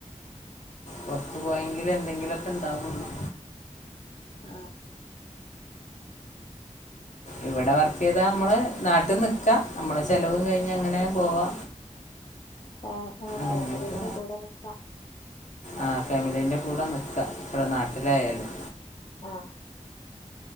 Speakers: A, on the left; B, on the left.
A: പുറത്തു പോയെങ്കില് എന്തെങ്കിലുംൊക്കെ ഇണ്ടാവുന്നുോ
B: ആഹ
A: ഇവിടെ വർക്ക് ചെയ്താ നമ്മള് നാട്ടിൽ നിക്കാ നമ്മള ചെലവും കഴിഞ്ഞഞ് അങ്ങനെ പോവാ
B: ആഹ് ആഹ് ഫാമിലിന്റെ
A: അങ്ങനെയൊക്കെ
B: കൂടെ നിക്കാം
A: ആ ഫാമിലീൻ്റെ കൂടെ നിൽക്കുക ഇവിടെ നാട്ടിലായാലും
B: ആഹ